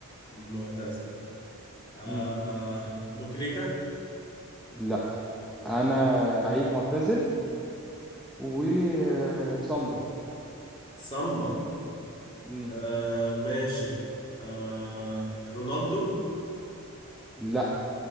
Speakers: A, on the left; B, in the centre.
A: معتزل آه
B: مم.
A: ابو تريكة
B: لا انا لعيب معتزل وصامبا
A: سامبا
B: مم.
A: آه ماشي آه رونالدو
B: لا